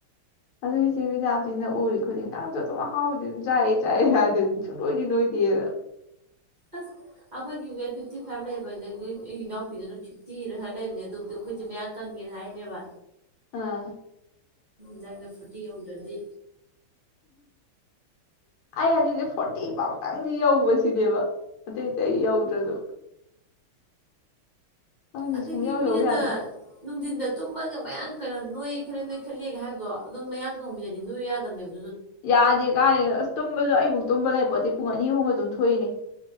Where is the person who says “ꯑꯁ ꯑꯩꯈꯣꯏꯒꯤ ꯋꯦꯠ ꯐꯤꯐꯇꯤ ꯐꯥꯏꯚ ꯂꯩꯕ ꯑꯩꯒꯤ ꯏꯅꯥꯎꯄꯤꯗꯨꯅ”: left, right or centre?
Right